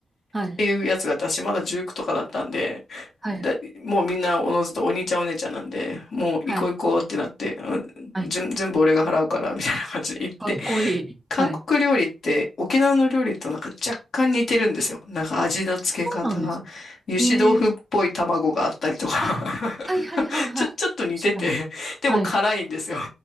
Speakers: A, on the right; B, on the left.
A: はい。
B: っていうやつがあって私まだ19とかだったんで、
A: はい。はい。
B: だ、もうみんなおのずとお兄ちゃんお姉ちゃんなんで、もう行こう行こうってなって、
A: はい。
B: うん全全部俺が払うからみたいな感じで行って、
A: はいかっこいい。
B: 韓国料理って沖縄の料理となんか若干似てるんですよ。
A: はい。
B: なんか味の付け方、
A: あ、そうなんですね。
B: 油脂豆腐っぽい卵があったりとか
A: ええあ、はいはいはいはい。
B: <laughs> ちょ、ちょっと似てて、
A: 確かに。
B: でも辛いんですよ。
A: はい。